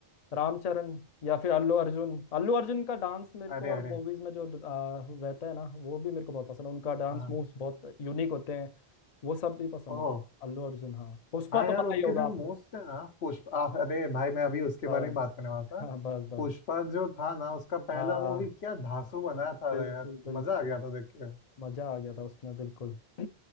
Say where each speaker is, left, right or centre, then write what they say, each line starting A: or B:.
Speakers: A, on the left; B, on the left.
A: रामचरण या फिर अल्लू अर्जुन अल्लू अर्जुन का डांस मेरे
B: अरे
A: को और
B: अरे
A: मूवीज में जो आ, रहता है ना वो भी मेरे को बहुत पसंद है उनका डांस
B: हाँ
A: मूव्स बहुत यूनिक होते हैं वो सब भी पसंद
B: ओह
A: है अल्लू अर्जुन हाँ पुष्पा
B: हाँ
A: तो
B: यार
A: पता
B: उनके
A: ही होगा
B: जो
A: आपको
B: मोस्ट है ना पुष्पा आ, अरे भाई मैं अभी उसके
A: बस
B: बारे में बात करने वाला था
A: हाँ बस बस
B: पुष्पा जो था ना उसका पहला
A: हाँ
B: मूवी क्या धांसू बनाया था
A: बिल्कुल
B: यार
A: बिल्कुल
B: मजा आ गया था देख के
A: मजा आ गया था उसमें बिल्कुल <clears throat>